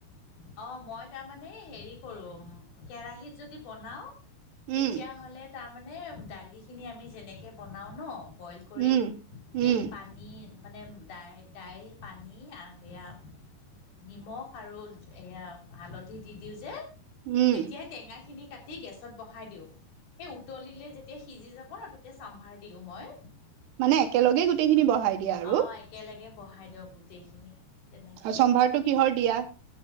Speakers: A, on the left; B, on the right.
A: অ মই তাৰমানে হেৰি কৰো কেৰাহিত যদি বনাও তেতিয়া
B: উম
A: হলে তাৰমানে দালি খিনি আমি যেনেকে বনাও ন বয়েল কৰি
B: উম। উম
A: এই পাত নিয়ে মানে দাই দাইল পানী আৰু সেয়া নিমখ আৰু এয়া হালধি দি দিওঁ যে
B: উম
A: তেতিয়াই টেঙা খিনি কাটি গেছত বহাই দিওঁ। সেই উতলিলে যেতিয়া সিজি যাব ন তেতিয়া চাম্ভাৰ দিয়ো মই।
B: মানে একেলগে গোটেইখিনি বহাই দিয়া আৰু
A: অঁ একেলগে বহাই দিয়ক গোটেইখিনি। তেনেকৈ
B: আৰু চম্ভাৰটো কিহৰ দিয়া?